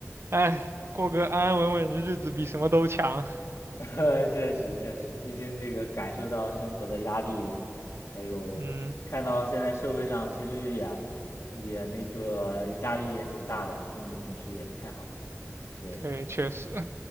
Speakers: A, on the right; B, on the left.
A: 哎，过个安安稳稳的日子比什么都强。
B: <laughs> 确实确实，毕竟这个感受到生活的压力，还有看到现在社会上其实也
A: 嗯，
B: 也那个压力也挺大的，经济形势也不太好，对，
A: 对，确实